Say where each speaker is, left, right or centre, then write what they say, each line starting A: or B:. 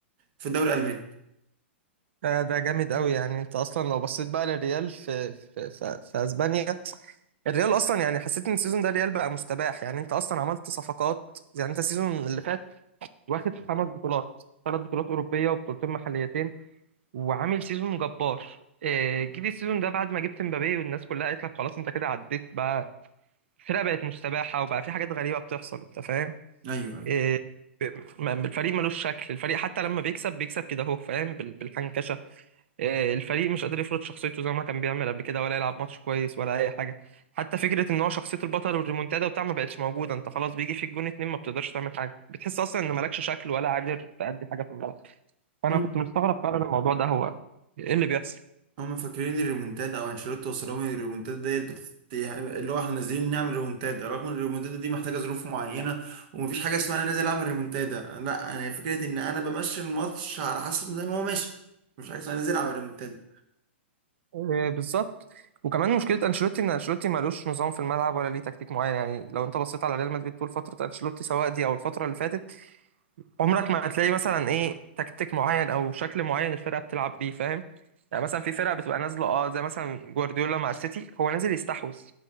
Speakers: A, on the right; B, on the right.
A: في الدوري الالماني
B: ده ده جامد قوي يعني انت اصلا لو بصيت بقى للريال في في في, في اسبانيا الريال اصلا يعني حسيت ان السيزون ده الريال بقى مستباح يعني انت اصلا عملت صفقات يعني انت السيزون اللي فات واخد خمس بطولات ثلاث بطولات اوروبيه وبطولتين محليتين وعامل سيزون جبار آه، جيت السيزون ده بعد ما جبت مبابي والناس كلها قالت لك خلاص انت كده عديت بقى الفرقه بقت مستباحه وبقى في حاجات غريبه بتحصل انت فاهم
A: ايوه ايوه
B: آه، م- الفريق ملوش شكل الفريق حتى لما بيكسب بيكسب كده اهو فاهم بال- بالحنكشه آه، الفريق مش قادر يفرض شخصيته زي ما كان بيعمل قبل كده ولا يلعب ماتش كويس ولا اي حاجه حتى فكره ان هو شخصيه البطل والريمونتادا وبتاع ما بقتش موجوده انت خلاص بيجي في الجون اتنين ما بتقدرش تعمل حاجه بتحس اصلا ان مالكش شكل ولا قادر تأدي حاجه في الملعب فانا
A: مم.
B: كنت مستغرب فعلا الموضوع ده هو ايه اللي بيحصل
A: هما فاكرين الريمونتادا او انشيلوتي وصل لهم إن الريمونتادا ديت بت... اللي هو احنا نازلين نعمل ريمونتادا رغم ان الريمونتادا دي محتاجه ظروف معينه ومفيش حاجه اسمها انا نازل اعمل ريمونتادا لا انا فكره ان انا بمشي الماتش على حسب زي ما هو ماشي مفيش حاجه اسمها نازل اعمل ريمونتادا
B: آه، بالظبط وكمان مشكله انشيلوتي ان انشيلوتي ملوش نظام في الملعب ولا ليه تكتيك معين يعني لو انت بصيت على ريال مدريد طول فتره انشيلوتي سواء دي او الفتره اللي فاتت عمرك ما هتلاقي مثلا ايه تكتيك معين او شكل معين الفرقه بتلعب بيه فاهم يعني مثلا في فرقه بتبقى نازله اه زي مثلا جوارديولا مع السيتي هو نازل يستحوذ